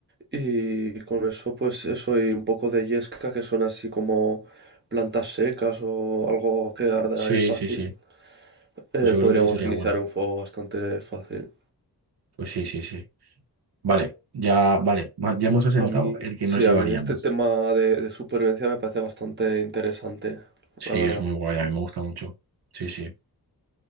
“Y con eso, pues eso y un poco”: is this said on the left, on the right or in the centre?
Right